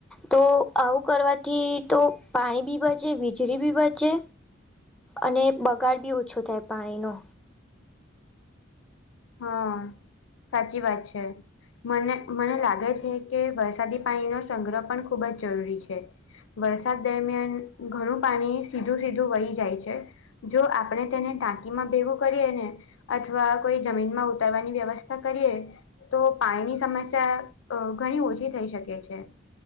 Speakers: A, in the centre; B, on the left.
A: તો આવું કરવાથી તો પાણી બી બચે વીજળી બી બચે અને બગાડ બી ઓછો થાય પાણીનો.
B: હા સાચી વાત છે. મને મને લાગે છે કે વરસાદી પાણીનો સંગ્રહ પણ ખૂબ જ જરૂરી છે. વરસાદ દરમિયાન ઘણું પાણી સીધું સીધું વળી જાય છે. જો આપણે તેને ટાંકીમાં ભેગુ કરીએ ને અથવા કોઈ જમીન માં ઉતારવાની વ્યવસ્થા કરીએ તો પાણીની સમસ્યા ઘણી ઓછી થઈ શકે છે.